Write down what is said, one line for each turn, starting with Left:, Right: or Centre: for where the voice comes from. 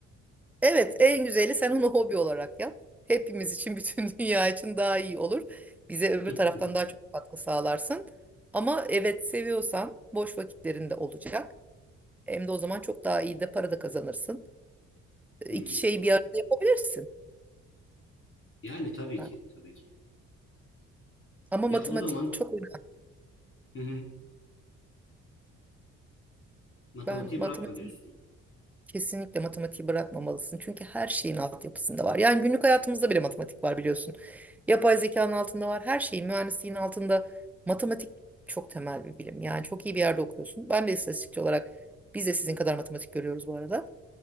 Centre: Evet, en güzeli sen onu hobi olarak yap. Hepimiz için, bütün <laughs> dünya için daha iyi olur. Bize öbür
Left: <laughs>
Centre: taraftan daha çok katkı sağlarsın. Ama evet seviyorsan boş vakitlerinde olacak. Hem de o zaman çok daha iyi de para da kazanırsın. E,
Left: Hmm.
Centre: İki şeyi bir arada yapabilirsin.
Left: Yani tabii
Centre: Ben-
Left: ki, tabii ki.
Centre: Ama
Left: Ya
Centre: matematik
Left: o zaman
Centre: çok önemli.
Left: hı hı, matematiği
Centre: Ben matematik
Left: bırakma diyorsun.
Centre: Kesinlikle matematiği bırakmamalısın. Çünkü her şeyin altyapısında var. Yani günlük hayatımızda bile matematik var biliyorsun. Yapay zekanın altında var. Her şeyin, mühendisliğin altında matematik çok temel bir bilim. Yani çok iyi bir yerde okuyorsun. Ben de istatistikçi olarak biz de sizin kadar matematik görüyoruz bu arada.